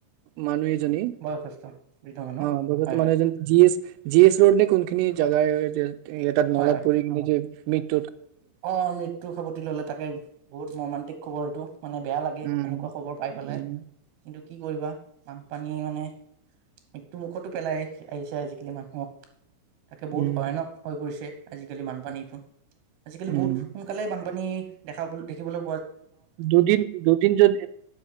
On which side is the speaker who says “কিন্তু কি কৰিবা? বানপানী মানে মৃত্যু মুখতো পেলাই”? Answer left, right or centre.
Right